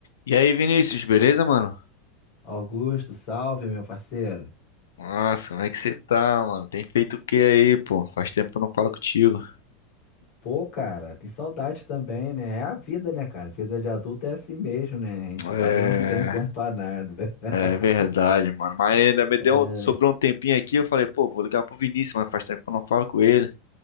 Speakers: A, on the left; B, on the left.
A: E aí, Vinícius, beleza, mano?
B: Augusto, salve, meu parceiro.
A: Nossa, como é que você tá, mano? Tem feito o que aí, pô? Faz tempo que eu não falo contigo.
B: Pô, cara, que saudade também, né? É a vida, né, cara? Vida de adulto é assim mesmo, né? A gente
A: É,
B: quase não tem tempo pra nada. <laughs>
A: é verdade, mano. Mas ainda me
B: É,
A: deu, um, sobrou um tempinho aqui, eu falei, pô, vou ligar pro Vinícius, mas faz tempo que eu não falo com ele.